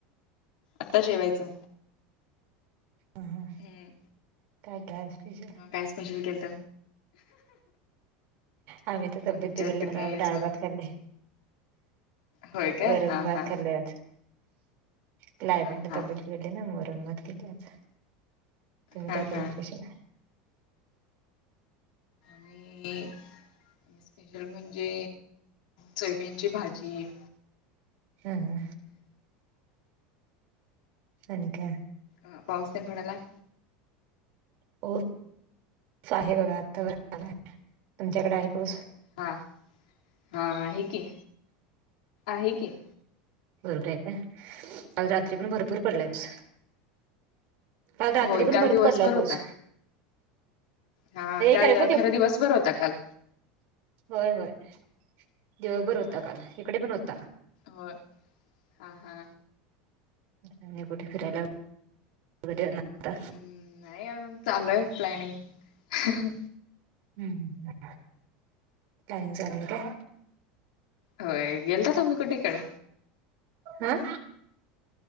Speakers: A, on the left; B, on the right.
A: आता जेवायचं.
B: हम हम
A: हम्म
B: काय काय आणि विशेष?
A: मग काय स्पेशल केलत?
B: आम्ही तर तब्येत
A: आमच्यात
B: बिघडली म्हणून
A: कायच
B: आम्ही डाळ भात खाल्ले.
A: होय काय
B: वरण
A: हा
B: भात
A: हा
B: खालय आज. क्लायमेटन
A: हा हा
B: तब्येत बिघडली ना वरण-भात केली आज तुम्ही
A: हा
B: काय
A: हा
B: केला स्पेशल?
A: मी स्पेशल म्हणजे सोयबिनची भाजी.
B: हा हा आणि काय?
A: अ पाऊस तेन पडालाय.
B: पऊस आहे बघा. आता <unintelligible> तुमच्याकडे आहे पऊस?
A: हां हां आहे की. आहे की.
B: बरोबर आहे काय? काल रात्री पण भरपूर पडलाय पाऊस. काल रात्री
A: होय
B: पण
A: काल
B: भरपूर
A: दिवसभर
B: पडलाय
A: होता
B: पऊस.
A: हा काल
B: करे प देव
A: खरं दिवस बरं होता काल.
B: होय. होय. दिवभर होता
A: हा
B: काल. इकडे पण होता.
A: होय हा हा
B: आणि कुठे फिरायला <unintelligible> होता.
A: हम्म नाही अजून चालू आहे प्लॅनिंग.
B: हम्म ह. प्लॅनिंग चालुय काय?
A: होय गेलता तुम्ही कुठीकडं?
B: हा.